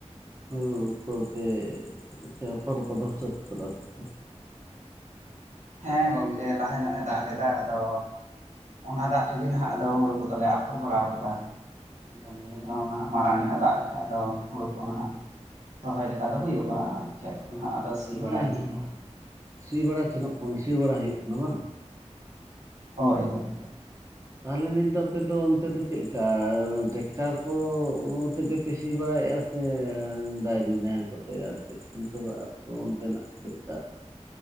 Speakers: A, on the right; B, on the right.
A: ᱦᱩᱲᱩ ᱠᱚᱯᱮ ᱪᱷᱟᱯᱚᱞ ᱠᱚᱫᱚ ᱥᱟᱹᱛ ᱠᱟᱫᱟ ᱯᱮ ᱥᱮ?
B: ᱦᱮᱸ ᱜᱚᱝᱠᱮ ᱞᱟᱦᱟ ᱧᱚᱜ ᱮ ᱫᱟᱜ ᱞᱮᱫᱟ, ᱟᱫᱚ ᱚᱱᱟ ᱫᱟᱜ ᱨᱮᱜᱮ ᱱᱟᱦᱟᱜ ᱟᱫᱚ ᱦᱩᱲᱩ ᱠᱚᱫᱚᱞᱮ ᱟ <unintelligible> ᱵᱟᱲᱟᱣ ᱠᱟᱫᱟ᱾ ᱟᱫᱚ ᱱᱤᱭᱟᱹ ᱫᱷᱟᱣ ᱱᱟᱦᱟᱜ ᱢᱟᱲᱟᱝ ᱧᱚᱜ ᱫᱟᱜ ᱞᱮᱠᱷᱟᱡ ᱫᱚ ᱦᱩᱲᱩ ᱠᱚ ᱱᱟᱜ᱾ ᱨᱚᱦᱚᱭ ᱞᱮᱠᱟ ᱫᱚ ᱦᱩᱭᱩᱜ-ᱟ, ᱠᱷᱮᱛ ᱠᱷᱚᱱᱟᱜ ᱟᱫᱚ ᱥᱤ
A: ᱦᱩᱸ
B: ᱵᱟᱲᱟᱭ ᱦᱩᱭᱩᱜᱼᱟ
A: ᱦᱩᱸ ᱦᱩᱸ ᱥᱤ ᱵᱲᱟ ᱥᱮᱱᱚᱜ ᱠᱟᱱᱟ, ᱥᱤ ᱵᱟᱲᱟ ᱦᱩᱭᱩᱜ ᱠᱟᱱᱟ ᱵᱟᱝ?
B: ᱦᱚᱭ ᱦᱳᱭ᱾
A: ᱛᱟᱦᱞᱮ ᱱᱤᱛ ᱫᱚ ᱟᱯᱮᱫᱚ ᱚᱱᱛᱮ ᱫᱚ ᱪᱮᱫ ᱞᱮᱠᱟ ᱴᱮᱠᱴᱟᱨ ᱠᱚ ᱛᱮᱜᱮ ᱯᱮ ᱥᱤ ᱵᱟᱲᱟᱭᱮᱫ-ᱟ? ᱥᱮ ᱰᱟᱭᱨᱤ ᱱᱟᱦᱮᱞ ᱠᱚᱛᱮ ᱟᱨ ᱪᱮᱫ ᱱᱤᱛᱚᱜᱟᱜ ᱚᱠᱛᱚ ᱚᱱᱛᱮᱱᱟᱜ ᱪᱮᱫ ᱞᱮᱠᱟ?